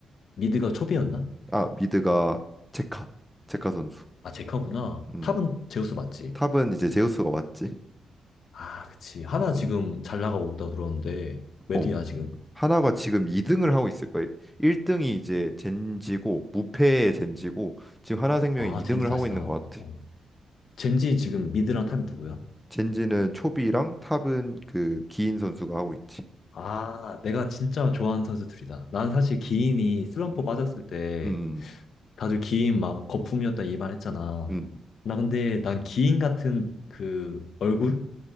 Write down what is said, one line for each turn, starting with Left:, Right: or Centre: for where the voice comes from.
Left: 미드가 초비였나?
Centre: 아 미드가 제카 제카 선수.
Left: 아 제카구나.
Centre: 음.
Left: 탑은 제우스 맞지?
Centre: 탑은 이제 제우스가 왔지.
Left: 아 그치. 하나 지금
Centre: 음.
Left: 잘 나가고 있다고 들었는데 왜
Centre: 어.
Left: 뒤야 지금?
Centre: 하나가 지금 2등을 하고 있을 거예요. 1등이 이제 젠지고 무패의 젠지고 지금 하나생명이
Left: 아,
Centre: 2등을
Left: 젠지 다시
Centre: 하고 있는
Left: 나왔다.
Centre: 것 같아.
Left: 젠지 지금 미드랑 탑이 누구야?
Centre: 젠지는 초비랑 탑은 그 기인 선수가 하고 있지.
Left: 아, 내가 진짜 좋아하는 선수들이다. 난 사실 기인이 슬럼프
Centre: 음.
Left: 빠졌을 때
Centre: 음.
Left: 다들 기인 막 거품이었다 이 말 했잖아.
Centre: 음.
Left: 나 근데 난 기인 같은 그 얼굴?